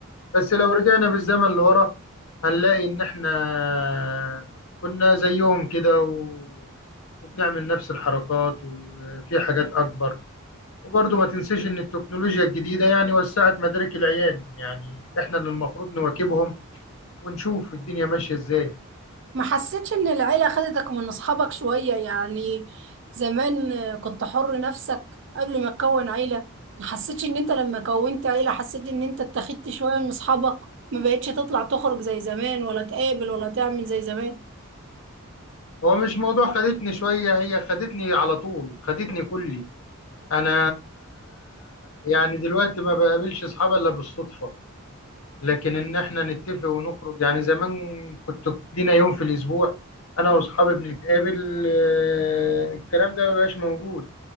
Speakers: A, on the left; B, on the right.
A: بس لو رجعنا بالزمن لورا هنلاقي ان احنا كنا زيهم كده و- وبنعمل نفس الحركات وفي حاجات اكبر وبرضه ما تنساش ان التكنولوجيا الجديده يعني وسعت مدارك العيال يعني احنا اللي المفروض نواكبهم ونشوف الدنيا ماشيه ازاي
B: ما حسيتش ان العيلة خدتك من اصحابك شوية يعني زمان كنت حر نفسك قبل ما تكون عيلة ما حسيتش ان انت لما كونت عيلة حسيت ان انت اتخذت شوية من اصحابك ما بقتش تطلع تخرج زي زمان ولا تقابل ولا تعمل زي زمان
A: هو مش موضوع خدتني شوية هي خدتني على طول خدتني كلي أنا يعني دلوقتي ما بقابلش أصحابي إلا بالصدفة لكن إن إحنا نتفق ونخرج يعني زمان كنت لينا يوم في الأسبوع أنا وأصحابي بنتقابل آه، الكلام ده ما بقاش موجود